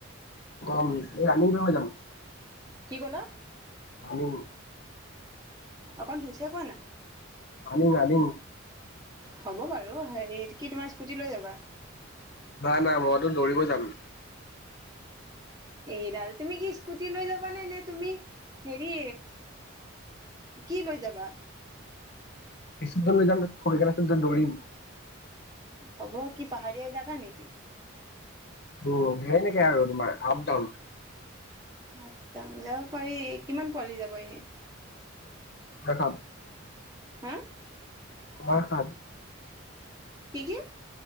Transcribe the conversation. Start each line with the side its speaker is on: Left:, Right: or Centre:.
Left: আমি কৰপৰা যাম।
Right: কি কলা,
Left: ভ <unintelligible>
Right: অকণ দিছে কোৱা না
Left: আনিম আনিম
Right: হ'ব বাৰু হেৰি কি তোমাৰ স্কুটি লৈ যাবা,
Left: ন না মইতো দৌৰিব যাম।
Right: এইডাল তুমি কি স্কুটি লৈ যাবানে, নে তুমি হেৰি কি লৈ যাবা?
Left: স্কূতি লৈ যাম থৰি কিনে দৌৰিম।
Right: হ'ব কি পাহাৰীয়া এলেকা নেকি?
Left: উ সেই নেকি আৰু তোমাৰ আপডাউন।
Right: আপ ডাউন যাব পাৰি, কিমান পোৱালি যাব এনে?
Left: খাই চাম
Right: হা
Left: চমাৰ খান
Right: কি কি